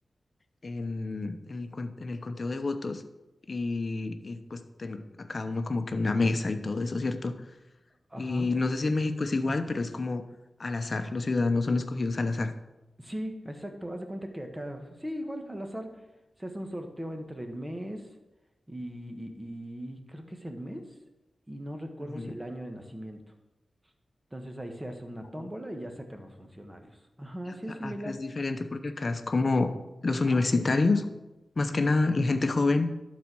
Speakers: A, on the left; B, on the right.
A: en, en el, cuen- en el conteo de votos y, y, pues ten- a cada uno como que una mesa y todo eso, ¿cierto?
B: ajá.
A: Y no sé si en México es igual, pero es como al azar, los ciudadanos son escogidos al azar.
B: Sí, exacto. Haz de cuenta que acá, sí, igual, al azar, se hace un sorteo entre el mes y, y- y creo que es el mes y no recuerdo
A: Ujú.
B: si el año de nacimiento. Entonces ahí se hace una
A: Como
B: tómbola y ya sacan los funcionarios. Ajá,
A: Acá,
B: sí es similar.
A: acá es diferente porque acá es como los
B: Ah,
A: universitarios,
B: ok,
A: más que nada la gente joven,